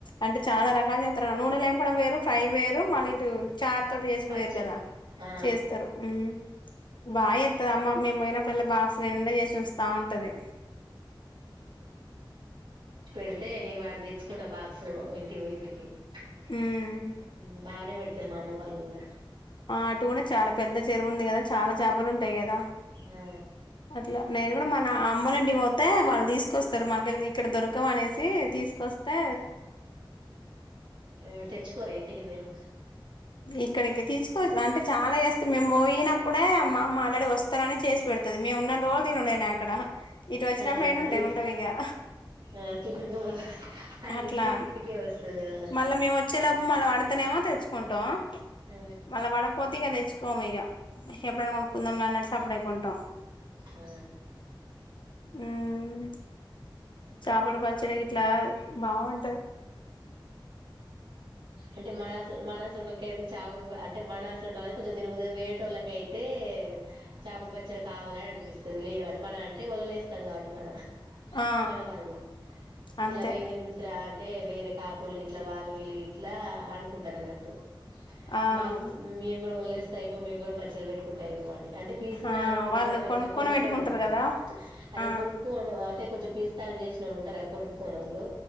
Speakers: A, on the left; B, on the right.
A: అంటే చాలా రకాలు నూనెలేంపడం వేరు ఫ్రై వేరు మళ్ళిటూ తోటి చేసుడు
B: పచ్చడి
A: వేరు కదా
B: ఆ
A: చేస్తారు ఉమ్ బాగా చేత్తది అమ్మ మేము పోయినప్పుడల్ల బాక్స్ నిండా చేసుంచుతా ఉంటది
B: డితే నీను వాడి తెచ్చుకుంటా బాక్సు ఇంటిపోయ్ ఇంటికి ఉ
A: ఉమ్
B: బాగానే పెడతారు మా అమ్మ వాళ్ళు కూడా
A: ఆ అటు కూడా చాలా పెద్ద చెరువు ఉంది కదా చాలా చాపలు ఉంటాయి కదా
B: ఆ
A: అట్లా నేను మన అమ్ అమ్మోలింటికి పోతే వాళ్ళు తీసుకొస్తారు మాకెళ్ళి ఇకడ దొరకవనేసి ఈ తీస్కొస్తే
B: ఏ తెచ్చుకోరా ఇంటికి మీరు
A: ఇక్కడికి తీసుకోవచ్ రా అంటే చాలా చేస్తాన్ మేము పోయినప్పుడే అమ్మ మ్మ ఆల్రెడే వస్తననే చేస్ పెడతది. మేమ్ ఉన్నన్ రోల్ తినునేనాయ్ అక్కడ. ఇటు వచ్చినప్పుడు
B: ఆ
A: ఏడుంటాయి
B: ఈ
A: ఉండవిగా.
B: ఆ తిన్నాక మళ్ళ అది
A: అట్లా
B: తిన్నాక ఇంటికే వస్తది ఆ
A: మళ్ళ మేం వచ్చేలోపు మల్ల పడత్ తెనేవో తెచ్ కుంటాం.
B: ఆ
A: మళ్ళ పడపోతే ఇగ తెచ్చుకోము ఇగ. ఎప్పుడైనా కొనుకుందాం లే అన్నట్టు సప్పుజేకుంటాం.
B: ఆ
A: ఉమ్ చేపల పచ్చడిగిట్లా బాగుంటది.
B: అంటే మనాసు మనాసుడుకైతే చాకుడు అంటే మనాసుడం అంటే కొంచెం తినబుద్ వేరేటోళ్ళకైతే చాపల పచ్చడ కావాలని అనిపిస్తది లేదు అంటే మన అంటే ఒలలేస్తాం కాబట్టి మనం
A: ఆ
B: మన వాళ్ళు ఇట్లా
A: అంతే
B: వేరే ముత్రా అ అంటే వేరే కాపోల్లు గిట్లా వాళ్ళు వీళ్ళు గిట్ల్ ట్లా అనుకుంటారన్నట్టు
A: ఆ
B: మాగు మియం గుడ ఒల్లేస్ సైపో మేము కూడా పచ్చడ పెట్టుకుంటయిపోవనీ అంటే పీసు
A: ఆ
B: నారోళ్ళుంటారు
A: వాళ్ళు
B: గా
A: కొనుక్కొని
B: ఇట్లా కొనుక్కోనోళ్ళు
A: పెట్టుకుంటారు కదా
B: అదే
A: ఆ
B: కొనుక్కోను అంటే కొంచెం పీస్తనం చేసినోళ్ళుంటరు గా కొనుక్కోనోళ్ళు